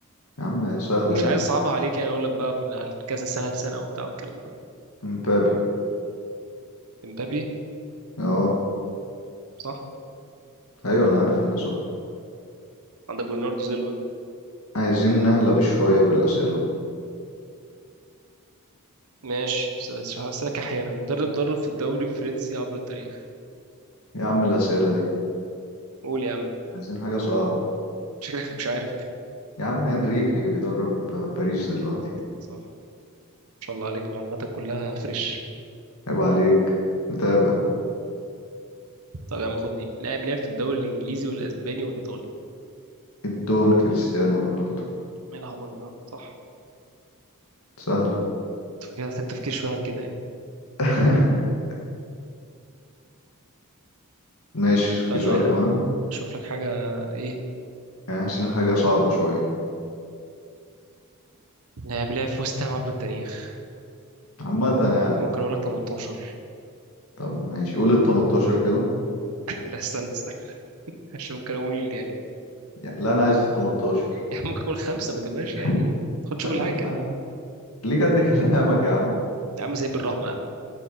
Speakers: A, on the left; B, on the right.
A: يا عم سهلة
B: مش
A: دي
B: عايز أصعبها عليك يعني أقول لك بقى من على كذا سنة لسنة وبتاع والكلام ده
A: امبابي
B: امبابي
A: اه
B: صح
A: ايوه انا عارف ان هي صح
B: عندك برناردو سيلفا
A: عايزين نهلب شوية بالاسئلة
B: ماشي بس- أسألك أحيانا مدرب درب في الدوري الفرنسي عبر التاريخ
A: يا عم الاسئلة دي
B: قول يا عم
A: عايزين حاجة صعبة
B: شكلك مش عارف
A: يا عم انريكي بيدرب باريس دلوقتي
B: صح ما شاء الله عليك معلوماتك كلها فريش
A: عيب عليك متابع
B: طب يا عم خد دي لاعب لعب في الدوري الإنجليزي والأسباني والإيطالي
A: الدون كريستيانو رونالدو
B: ايه العبط ده صح
A: سهلة
B: تفكير محتاج تفكير شوية عن كده يعني
A: <laughs> ماشي في
B: استنى
A: سؤال
B: يا ح-
A: كمان
B: أشوف لك حاجة إيه
A: يعني عايزين حاجة صعبة شوية
B: لاعب لعب في وست هام عبر التاريخ
A: عامة يعني
B: ممكن أقول لك 18 <laughs>
A: طب ماشي قول ال 18 كده
B: لا استنى استنى عشان ممكن أقول يعني
A: يعني لا انا عايز ال 18
B: يعني ممكن أقول خمسة ما تبقاش
A: <laughs>
B: يعني ما تاخدش
A: لا
B: كل
A: يا
B: حاجة
A: عم
B: كده
A: ليه قد كلامك يا عم
B: يا عم زي بالرحمة يا عم